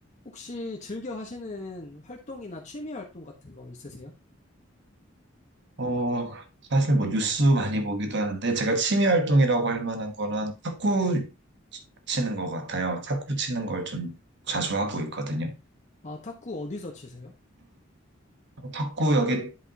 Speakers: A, on the left; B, on the right.
A: 혹시 즐겨 하시는 활동이나 취미 활동 같은 거 있으세요?
B: 어, 사실 뭐 뉴스 많이 보기도 하는데 제가 취미 활동이라고 할 만한 거는 탁구 치는 것 같아요. 탁구 치는 걸 좀 자주 하고 있거든요.
A: 아, 탁구 어디서 치세요?
B: 어, 탁구 여기